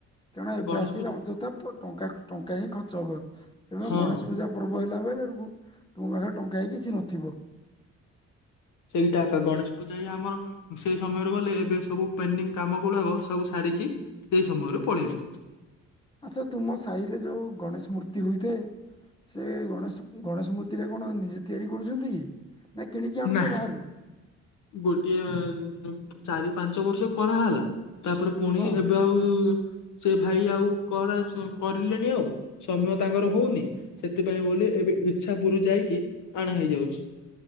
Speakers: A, on the left; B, on the left.
A: କାରଣ ଏବେ
B: ଗଣେଶ
A: ଆସିଲେ
B: ପୂଜା
A: ଅଯଥା ଟଙ୍କା ଟଙ୍କା, ହିଁ ଖର୍ଚ୍ଚ ହବ ଏବଂ
B: ହଁ
A: ଗଣେଶ ପୂଜା କହିଲା ବେଳେ ଆଡକୁ ତୁମ ପାଖରେ ଟଙ୍କା ହେ କିଛି ନଥିବ।
B: ସେଇଟା ଗଣେଶ ପୂଜା ଇ ଆମର ସେଇ ସମୟରେ ଗଲେ ଏବେ ସବୁ ପେଣ୍ଡିଙ୍ଗ କାମ ଗୁଡାକ ସବୁ ସ କି ଏଇ ସମୟରୁ ପଳେଇବି।
A: ଆଚ୍ଛା ତୁମ ସାହିରେ ଯୋଉ ଗଣେଶ ମୂର୍ତ୍ତି ହୋଇଥାଏ ସେ ଗଣେଶ ଗଣେଶ ମୂର୍ତ୍ତି ଟା କଣ ନିଜେ ତିଆରି କରୁଛନ୍ତି କି? ନାଇ କିଣିକି ଆଣୁଛ
B: ନା
A: ବାହାରୁ
B: ଗୋଟିଏ ଚାରି ପାଞ୍ଚ ବର୍ଷ କରାହେଲା ତାପରେ ପୁଣି
A: ହଁ
B: ଏବେ ଆଉ ସେ ଭାଇ ଆଉ କର କରିଲେଣି ଆଉ ସମୟ ତାଙ୍କର ହଉନି ସେଥିପାଇଁ ବୋଲି ଏବେ ଇଚ୍ଛା ପୁର ଯାଇକି ଆଣା ହେଇଯାଉଛି।